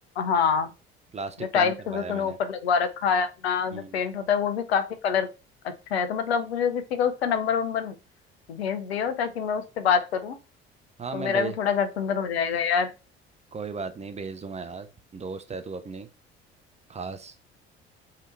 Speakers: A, on the left; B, on the right.
A: हाँ
B: प्लास्टिक
A: जो
B: पेंट
A: टाइल्स
B: करवाया
A: का जो तूने
B: है मैंने
A: ऊपर लगवा रखा है अपना
B: हम्म
A: जो पेंट होता है वो भी काफी कलर अच्छा है तो मतलब मुझे किसी का उसका नंबर वंबर भेज दियो ताकि मैं उससे बात करूँ
B: हाँ
A: तो
B: मैं
A: मेरा
B: भेज
A: भी थोड़ा घर सुंदर हो जाएगा यार
B: कोई बात नहीं भेज दूंगा यार दोस्त है तू अपनी खास